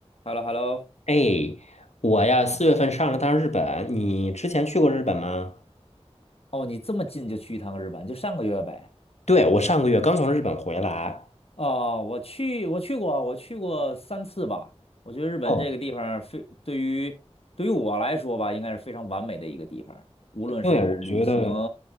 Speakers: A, on the left (about 60°); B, on the left (about 80°).
A: h e l l o h e l l o
B: 哎，我呀，四月份上了趟日本，你之前去过日本吗？
A: 哦，你这么近就去一趟日本，就上个月呗。
B: 对，我上个月刚从日本回来。
A: 哦，我去，我去过，我去过三次吧。我觉得日本这个地方非对于对于我来说吧，
B: 哦，
A: 应该是非常完美的一个地方，无论是旅行
B: 对，我觉得